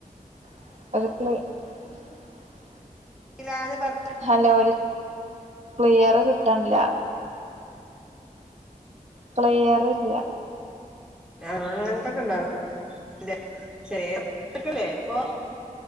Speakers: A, on the right; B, in the centre.
A: <unintelligible>
B: ഇല്ല അത്
A: ഹലോ ഒരു വിയറ് കിട്ടണില്ല ക്ലിയറില്ല
B: ആ അങ്ങനത്തൊക്കെ ഇണ്ടാവും ഇല്ല ശരിക്കല്ലേ ഇപ്പൊ